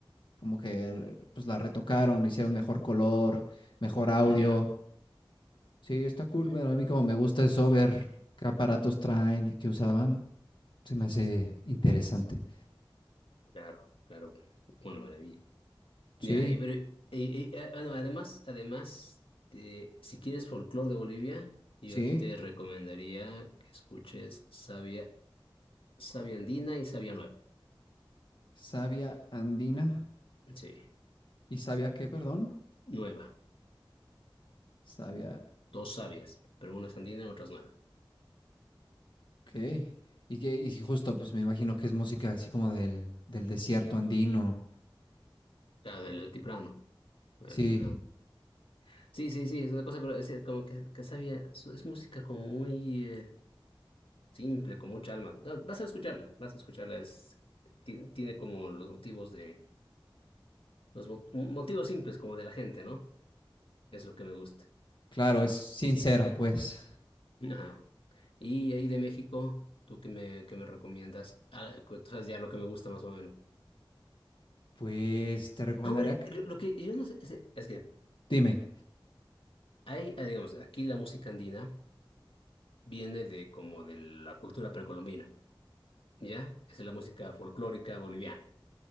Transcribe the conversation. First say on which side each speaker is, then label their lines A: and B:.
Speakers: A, on the left; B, on the left.
A: como que re- pues la retocaron, le hicieron mejor color, mejor audio.
B: Ya,
A: Sí, está cool.
B: ujú,
A: Bueno, a mí como me gusta eso, ver qué aparatos traen y qué usaban, se me hace interesante.
B: claro, claro, una maravilla.
A: Sí,
B: Ya, eh, pero, eh, eh, ah, bueno, además, además, eh, si quieres folclore de Bolivia, yo
A: sí,
B: te recomendaría que escuches Sabia, Sabia Andina y Sabia Nueva.
A: Savia andina.
B: Sí,
A: ¿Y sabia qué, perdón?
B: nueva,
A: sabia
B: dos sabias, pero una es andina y otra es nueva.
A: Ok. Y que, y sí, justo, pues me imagino que es música así como del, del desierto andino.
B: Claro, del altiplano, del
A: Sí,
B: altiplano. Sí, sí, sí, es una cosa, pero es como que, que sabia, es música como muy... eh, simple, con mucha alma. Ya, Vas a escucharla, vas a escucharla. Es, ti- tiene como los motivos de, los mo- motivos simples como de la gente, ¿no? Es lo que me gusta.
A: claro, es sincera, pues.
B: Ajá. Y ahí de México, ¿tú qué me, qué me recomiendas? Ah, cu- tú sabes ya lo que me gusta más o menos.
A: Pues te recomendaría.
B: Ah, Hombre,
A: que-
B: lo, lo que yo no sé es, es que
A: Dime,
B: hay, ah, digamos, aquí la música andina viene de como de la cultura precolombina, ¿ya? Es la música folclórica boliviana.